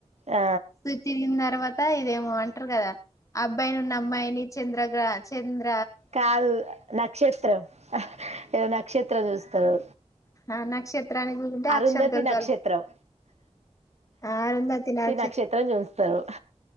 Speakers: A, on the right; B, on the left.
A: ఆ
B: తిరిగిన తర్వాత ఇదేమో అంటారు. గాదా అబ్బానున్నీ అమ్మాయిని చంద్రగ్ర చంద్ర
A: కాదు నక్షత్రం ఏదో నక్షత్రం చూస్తారు.
B: ఆ నక్షత్రాలు వుంటే ఆ
A: అరుంధతి
B: అక్షంతలు చళ్ళు
A: నక్షత్రం
B: అరుంధతి నక్ష
A: నక్షత్రం చూస్తారు